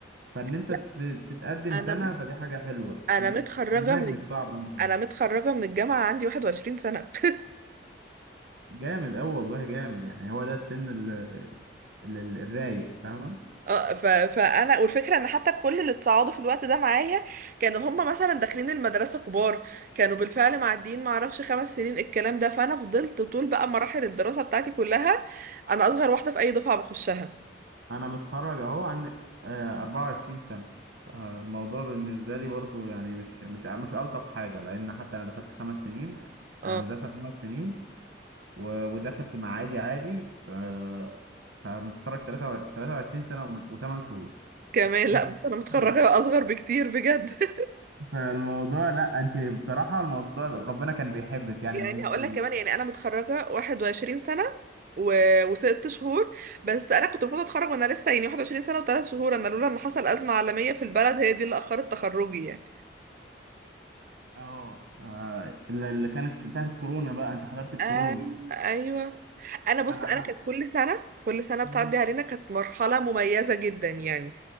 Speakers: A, on the right (about 75°); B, on the right (about 45°).
A: فان انت
B: لا
A: ت- تتقدم
B: انا
A: سنة
B: مت...
A: فدي حاجة حلوة
B: انا
A: المن-
B: متخرجه
A: المناهج
B: من الج-
A: مش صعبة يعني.
B: انا متخرجه من الجامعه عندي 21 سنه <laughs>
A: جامد اوي والله جامد يعني هو ده السن ال- ال- ال- الرايق فاهمة
B: اه ف... فانا والفكره ان حتى كل اللي اتصعدوا في الوقت ده معايا كانوا هم مثلا داخلين المدرسه كبار كانوا بالفعل معديين ما اعرفش خمس سنين الكلام ده فانا فضلت طول بقى مراحل الدراسه بتاعتي كلها انا اصغر واحده في اي دفعه بخشها
A: انا متخرج اهو عندي آه، 24 سنة آه، الموضوع بالنسبة لي برضو يعني مش مش مش ألطف حاجة لأن حتى أنا دخلت خمس سنين
B: اه
A: هندسة خمس سنين و- ودخل في معادي عادي آه، فمتخرج 23 سنة و8 شهور
B: كمان لا
A: ها.
B: بس انا متخرجه
A: آه.
B: اصغر بكتير بجد <laughs>
A: فالموضوع لا انت بصراحة الموضوع ربنا كان بيحبك يعني
B: يعني
A: ان انت
B: هقول لك كمان يعني انا متخرجه 21 سنه و... وست شهور بس انا كنت المفروض اتخرج وانا لسه يعني 21 سنه وثلاث شهور انا لولا ان حصل ازمه عالميه في البلد هي دي اللي اخرت تخرجي يعني
A: اه آه، اللي اللي كانت بتاعت الكورونا بقى انت حضرت الكورونا
B: ايوه ايوه انا بص
A: انا
B: انا
A: حضرت
B: كانت كل سنه كل سنه
A: مم.
B: بتعدي علينا كانت مرحله مميزه جدا يعني